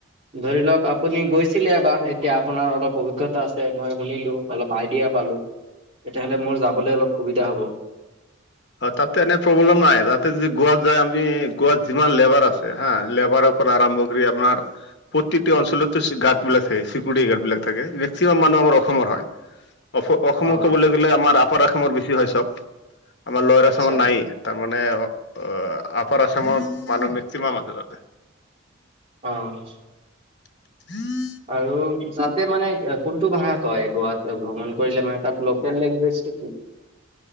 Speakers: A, on the right; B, on the left.
A: ধৰি লওঁক, আপুনি গৈছিলে এবাৰ। এতিয়া, আপোনাৰ অলপ অভিজ্ঞতা আছে। মই শুনিলোঁ, অলপ আইডিয়া পালোঁ। তেতিয়াহ'লে, মোৰ যাবলৈ অলপ সুবিধা হ'ব।
B: হয়। তাতে, এনে প্ৰব্লেম নাই। তাতে, যদি গোৱাত যায়, আমি গোৱাত যিমান লেবাৰ আছে হা, লেবাৰ পৰা আৰম্ভ কৰি আপোনাৰ প্ৰত্যেকটো অঞ্চলতো গাৰ্ড বিলাক থাকে। চিকিউৰিটি গাৰ্ড বিলাক থাকে। মেক্সিমাম মানুহ আমাৰ অসমৰ হয়। অ, অসমক
A: অ
B: ক'বলৈ গ'লে আমাৰ আপাৰ অসমৰ বেছি হয় চব। আমাৰ লৱাৰ আচামৰ
A: আচ্ছা
B: নাই। তাৰমানে, আঁ আপাৰ আছামৰ মানুহ মেক্সিমাম আছে তাতে।
A: অ'!
B: <unintelligible>
A: আৰু তাতে মানে, কোনটো ভাষা কয়? গোৱাত ভ্ৰমণ কৰিলে মানে তাত লোকেল লেংগুৱেজটো কি?